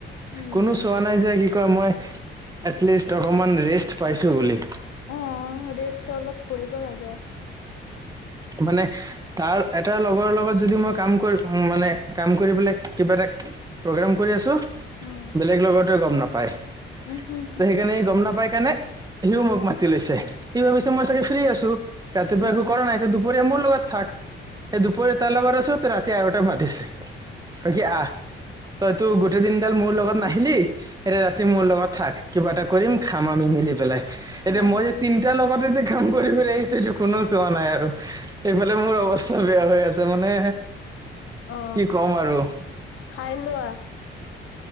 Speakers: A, on the left; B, on the right.
A: উম
B: কোনো চোৱা নাই যে কি কয় মই এটলিষ্ট অকমান ৰেষ্ট পাইছো বুলি।
A: অ ৰেষ্ট অলপ কৰিব লাগে।
B: মানে তাৰ এটা লগৰ লগত যদি মই কাম কৰি মানে কাম কৰি পেলাই কিবা এটা প্ৰগ্ৰাম কৰি আছো
A: উম
B: বেলেগ লগত ত গম নাপায়।
A: উম হম হম
B: ত সেইকাৰণে গম নাপাই <unintelligible> সিও মোক মাতি লৈছে কি ভাবিছে মই
A: অ
B: চাগে ফ্ৰী আছো ৰাতিপুৱা
A: উম
B: একো কৰা নাই দুপৰীয়া মোৰ লগত থাক। স দুপৰীয়া তাৰ লগত আছ ত ৰাতি আৰু এটা মাতিছে। কি আহ তইতো গোটেই দিনডাল মোৰ লগত নাহিলি এতিয়া ৰাতি মোৰ লগত থাক কিবা এটা কৰিম খাম আমি মিলি পেলাই এতিয়া
A: উম
B: মই যে তিনটাৰ লগত তে যে কাম কৰি আহিছেইটো কোনো চোৱা নাই আৰু। এইফালে মোৰ অৱস্থা বেয়া হৈ আছে মানে
A: অ
B: কি ক'ম আৰু
A: খাই লোৱা।